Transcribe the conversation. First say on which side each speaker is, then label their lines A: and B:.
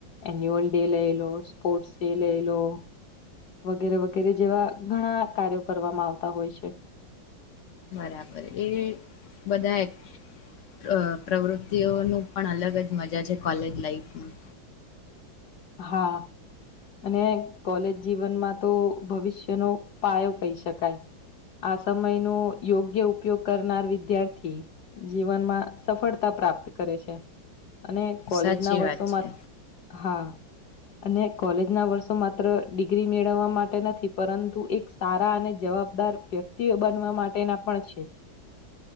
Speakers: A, on the left (about 60°); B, on the left (about 85°).
A: એન્યુઅલ ડે લઈ, લો સ્પોર્ટસ ડે લઈ, લો વગેરે, વગેરે જેવા, ઘણા કાર્યો, કરવામાં આવતા હોય છે.
B: બરાબ, એ બધા પ્રવૃત્તિઓનું પણ અલગ જ મજા છે, કોલેજ લાાઈફમા
A: હા અને કોલેજ જીવનમા, તો ભવિષ્યનો પાયો કહી શકાય આ સમય ન યોગ્ય ઉપયોગ કરનાર વિદ્યાર્થી જીવનમાં સફળતા પ્રાપ્ત કરે છે, અને કોલેજના
B: સાચી
A: વર્ષોમાં,
B: વાત છે
A: હા અને કોલેજના વર્ષો માત્ર ડિગ્રી મેળવવા માટે નથી. પરંતુ એક સારા અને જવાબદાર વ્યક્તિઓ, બનવા માટેના પણ છે.